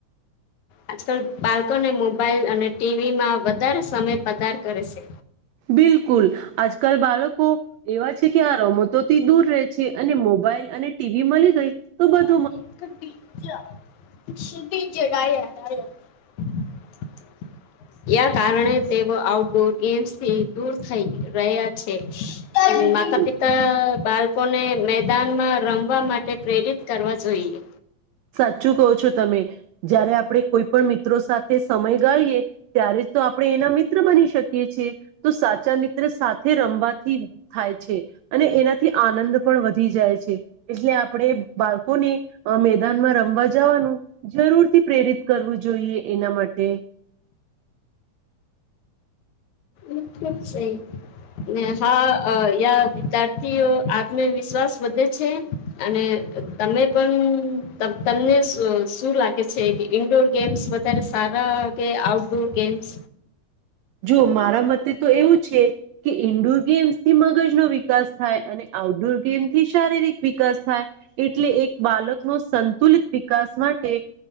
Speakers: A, on the left (about 75°); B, on the right (about 85°).
A: આજકાલ બાળકોને મોબાઈલ અને ટીવી માં વધારે સમય પધાર કરે છે.
B: બિલકુલ આજકાલ બાળકો એવા છે, કે આ રમતો તો દૂર રહે છે, અને મોબાઈઇલ અને. ટીવી મળી ગઈ તો બધ
A: <unintelligible> <unintelligible> યા કારણે તેઓ આઉટડોર ગેમ્સ થી દૂર થઈ રહ્યા છે.
B: બિલકુલ
A: માતા પિતા બાર <unintelligible> લોકોને મેદાનમાં રમવા માટે પ્રેરિત કરવા જોઈએ.
B: સાચું કો છો તમે જયારે આપણે કોઈ પણ મિત્રો સાથે સમય ગાડીએ ત્યારે જ તો આપણે એના મિત્ર બની શકીએ <unintelligible> તો સાચા મિત્ર સાથે રમવાથી થાય છે અને એનાથી આનંદ પણ વધી જાય છે, એટલે આપણે બાળકોને મે <unintelligible> રમવા જવાનું જરૂરથી પ્રેરિત કરવું જોઈએ એના માટે
A: બિલકુલ સહિ મેં <unintelligible> યા <unintelligible> આત્મવિશ્વાસ વધે છે, અને તમે પણ તમને <unintelligible> શું લાગે છે, ઈન્ડોર ગેમ્સ વધારે સારા કે આઉટડોર ગેમ્સ
B: જો મારા મતે તો એવું છે, કે ઈન્ડોર ગેમ્સ થી <unintelligible> વિકાસ થાય અને આઉટડોર કેમથી શારીરિક વિકાસ થાય એટલે એક બાળકનોો સંતુલિત વિકાસ માટે